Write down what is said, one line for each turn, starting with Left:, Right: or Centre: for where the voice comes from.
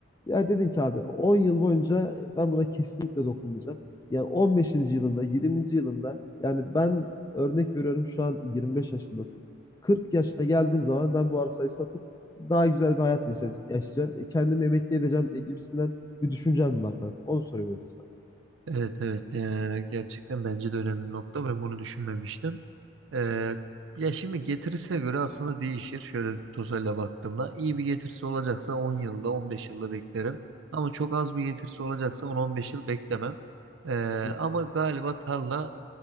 Left: Ya dedin ki abi 10 yıl boyunca ben buna kesinlikle dokunmayacağım. Yani on beşinci yılında, yirminci yılında yani ben Örnek veriyorum şu an 25 yaşındasın. 40 yaşına geldiğim zaman ben bu arsayı satıp daha güzel bir hayat yaşa- yaşayacağım. E, Kendimi emekli edeceğim e, gibisinden bir düşüncem var kanka. Onu sorayım önce sana.
Right: Evet evet Ee, gerçekten bence de önemli nokta ben bunu düşünmemiştim. Ee, ya şimdi getirisine göre aslında değişir şöyle tozayla baktığımda iyi bir getirisi olacaksa 10 yılda 15 yılda beklerim ama çok az bir getirisi olacaksa 10-15 yıl beklemem. Ee,
Left: Hı.
Right: ama galiba tarla